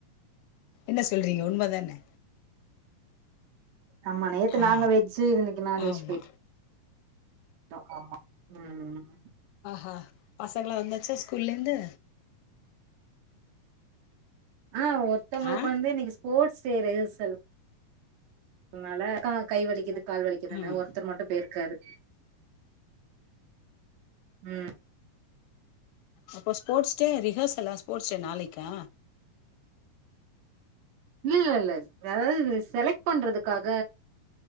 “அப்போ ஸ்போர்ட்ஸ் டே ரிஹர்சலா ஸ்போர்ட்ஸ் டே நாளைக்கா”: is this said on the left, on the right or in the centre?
Left